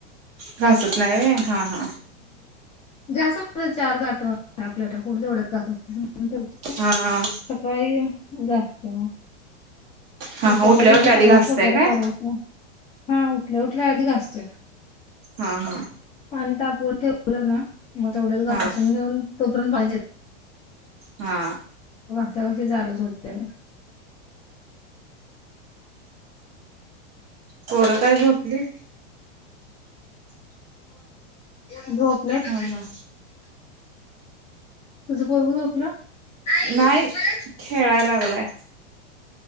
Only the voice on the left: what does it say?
घासत एवढेच चार ताट आपल्याला कुठे जायचंय
<unintelligible> सकाळी घासा
सकाळी
उद्या
सगळच
पसारा
काढायचा हा उठल्या उठल्या आधी घासतोय
पाणी तापवून ना मग तेवढ्या घासून
घेऊन तोपर्यंत पाहिजे
का चालूच होते ना
<unintelligible> होय झोपलेत
तुझं पोरगं झोपलं आई
मला